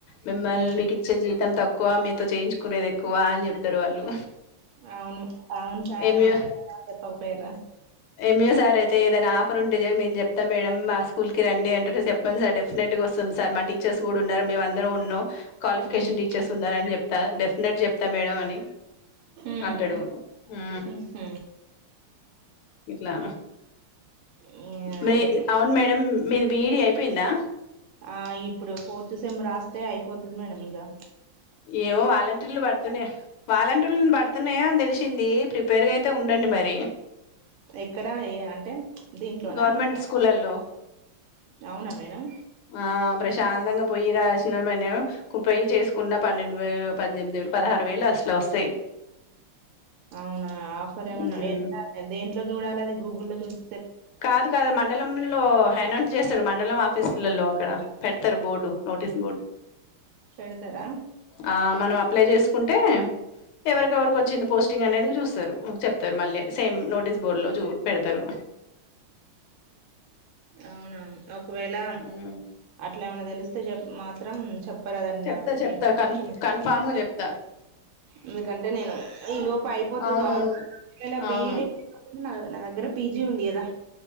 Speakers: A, on the left; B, on the right.
A: మిమ్మల్ని
B: ఉమ్,
A: మీకు ఇచ్చే జీవితం తక్కువ మీతో చేయించుకునేది ఎక్కువ అని చెప్తారు వాళ్ళు
B: అవును అవును సార్
A: ఎమిదొ
B: అవును చెప్పకపోయారా
A: ఎమి ఏదైనా ఆఫర్ ఉంటే జయ మేం చెప్తా మేడం మా స్కూల్ కి రండి అంటడు చెప్పండి సార్ డెఫినెట్గా వస్తాం సార్ మా టీచర్ ర్స్ కూడా ఉన్నారు మేము అందరం ఉన్నాం క్వాలిఫికేషన్
B: ఉమ్,
A: టీచర్స్ ఉన్నారని చెప్తా డెఫినేట్ చెప్తా మేడం అని
B: ఉమ్,
A: అంటడు ఉ
B: ఉహు.
A: ఇట్లా
B: ఆ,
A: మీకి
B: అదే
A: అవును మేడం మీది బి ఈ డి అయిపోయిందా
B: ఆ ఇగ ఇప్పుడు ఫోర్త్ సెమ్ రాస్తే అయిపోతుది మేడంమ్ ఇగా
A: ఏవో వాలంటీర్లు పడుతున్నా వాలంటీర్లు పడుతున్నాయా అని తెలిసింది ప్రిపేర్గా అయితే ఉండండి మరి
B: ఎక్కడ ఏ అంటే దీంట్లోనా
A: గవర్నమెంట్ స్కూల్ల్లో
B: అవునా మేడం
A: ఆ ప్రశాంతంగా పొయ్యి రాసిన మనం పోయ్యి చేసుకున్న పన్నెండు వేలు పద్దెనిమిది వేలు పదహారు వేలు అస్ల వస్తాయి
B: అవునా ఆఫర్ ఏమన్నా
A: ఉమ్
B: ఎ దేంట్లో చూడాలి అది గూగు లో చూస్
A: కాదు కాదు మండలం లో హనౌన్స్ చేస్తారు మండలం ఆఫీసులలో అక్కడ పెడతారు బోర్డు నోటీస్ బోర్డు
B: పెడుతరా
A: ఆ మనం అప్లై చేసుకుంటే ఎవరికెవరికి వచ్చింది పోస్టింగ్ అనేది చూస్తారు చెప్తారు మళ్ళే సేమ్ నోటీస్ బోర్డు లో చూ పెడుతరు
B: అవునా ఒకవేళ
A: ఉమ్
B: అట్లా ఏమన్నా తెలిస్తే చె మాత్రం చెప్పరాదండి
A: చెప్తా
B: నాకు మీకు
A: చెప్తా
B: ఇన్ఫర్మేషన్
A: కన్
B: ఇ
A: కన్ఫామ్గా చెప్తా
B: ఎందుకంటే నేను ఈ లోపు అయిపోతుది
A: అవునవును
B: కావ ఇట్లనే బిఈడి
A: అవును
B: నా దగ్గర పిజి ఉంది కదా